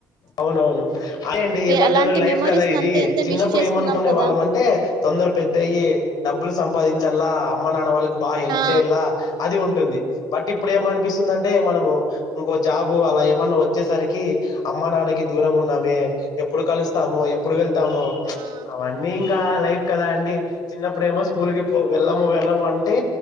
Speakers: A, on the left; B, on the right.
A: అవునవును అయి అండి ఏమంటారు
B: అలాంటి
A: లైఫ్
B: మెమోరీస్‌నంతా
A: కదా ఇది
B: ఎంత
A: చిన్నప్పుడు
B: మిస్ చేసుకున్నాం
A: ఏమనుకునే
B: కదా!
A: వాళ్ళం అంటే తొందర పెద్దయ్యి డబ్బులు సంప పాదించల అమ్మ నాన్న వాళ్ళకి బా హెల్ప్
B: ఆ!
A: చేయలా అది ఉం టుంది బట్ ఇప్పుడు ఏమనిపిస్తుంది అంటే మనము ఇంకో జాబు అలా ఏమన్నా వచ్చేసరికి అమ్మ నాన్నకి దూరం ఉన్నామే ఎప్పుడు కలుస్తాము ఎప్పుడు వెళ్ టమో
B: ఆ!
A: అవన్నీ ఇ లైఫ్ కదా అండి చిన్నప్పుడు ఏమో స్కూల్ కి పో వెళ్ళము వెళ్ళము అంటే